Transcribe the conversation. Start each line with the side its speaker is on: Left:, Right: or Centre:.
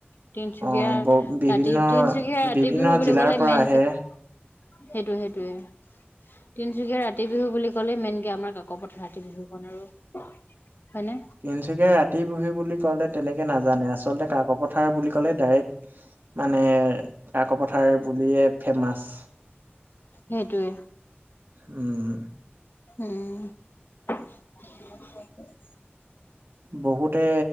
Left: তিনচুকীয়া
Right: অ ব বিভিন্ন
Left: ৰাতি, তিনচুকীয়া ৰাতি
Right: বিভিন্ন
Left: বিহু বুলি
Right: জিলাৰ
Left: কলে
Right: পৰা
Left: মেইন
Right: আহে
Left: কি সেইটো, সেইটোয়ে। তিনচুকীয়া ৰাতি বিহু বুলি কলে মেইন কে আমাৰ কাক পথাৰ ৰাতি বিহুখন আৰু। হয় নে?
Right: তিনচুকীয়া ৰাতি বিহু বুলি ক'লে তেনেকে নাজানে, আচলতে কাকো পথাৰ বুলি ক'লে ডাইৰেক্ট মানে কাকো পথাৰ বুলিয়ে ফেমাচ।
Left: সেইটোৱে।
Right: উম।
Left: উম। <unintelligible>
Right: বহুতে